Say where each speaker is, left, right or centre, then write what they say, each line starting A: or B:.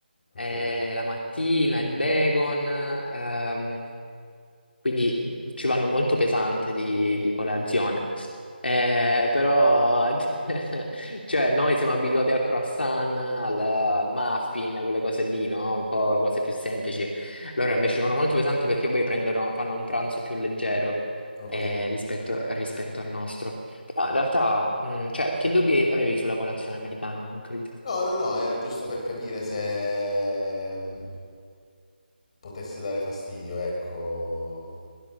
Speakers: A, on the left; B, on the left.
A: eh,
B: Ok.
A: la mattina il bacon, ehm, quindi ci vanno molto pesante di, di colazione. Eh, però, <laughs> cioè, noi siamo abituati al croissant, al, al muffin, quelle cose lì, no? Un po' cose più semplici. Loro invece ci vanno molto pesanti perché poi prendono, fanno un pranzo più leggero
B: Ok.
A: eh, rispetto, rispetto al nostro. Però in realtà, mh, cioè, che dubbi avevi sulla colazione americana? Non ho capito.
B: No, no, no, era giusto per capire se mm, potesse dare fastidio, ecco.